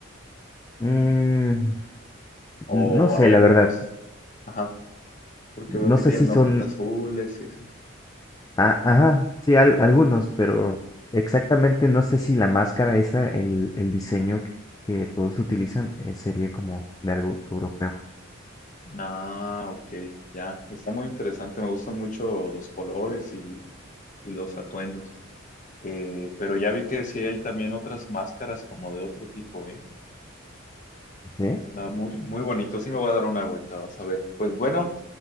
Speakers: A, on the left; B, on the left.
A: Mm,
B: O
A: no sé,
B: hay
A: la
B: algunos,
A: verdad.
B: ajá, porque
A: No
B: veo que
A: sé
B: tienen
A: si son
B: ojos azules y así.
A: Ah, ajá, sí, al- algunos,
B: Ajá.
A: pero exactamente no sé si la máscara esa, el, el diseño que, que todos utilizan, eh, sería como de algo europeo.
B: Ah, ok, ya, está muy interesante, me gustan mucho los colores y, y los atuendos. Eh, pero ya vi que sí hay también otras máscaras como de otro tipo, ¿eh?
A: ¿Sí?
B: Está muy, muy bonito, sí me voy a dar una vuelta, vas a ver. Pues bueno.